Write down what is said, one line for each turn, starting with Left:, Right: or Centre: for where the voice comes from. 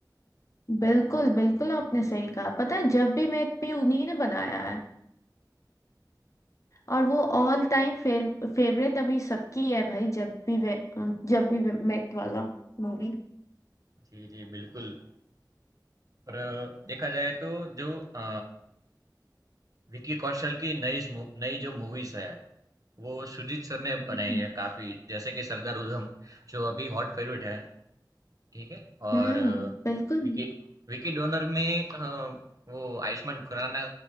Left: बिल्कुल बिल्कुल आपने सही कहा पता है जब भी मैं भी उन्हीं ने बनाया है और वो ऑल टाइम फेवरेट अभी सबकी है भाई जब भी वे जब भी वे मेट वाला मूवी
Right: जी, जी, बिल्कुल। और अ, देखा जाए तो जो अ, विक्की कौशल की नई स मू नई जो मूवीज़ है वो सुजीत सर ने
Left: हम्म
Right: बनाई है काफ़ी, जैसे कि सरदार उधम, जो अभी हॉट फेवरेट है, ठीक है? और
Left: हम्म,
Right: अ,
Left: बिल्कुल
Right: विकी विकी डोनर में अ, वो आयुष्मान खुराना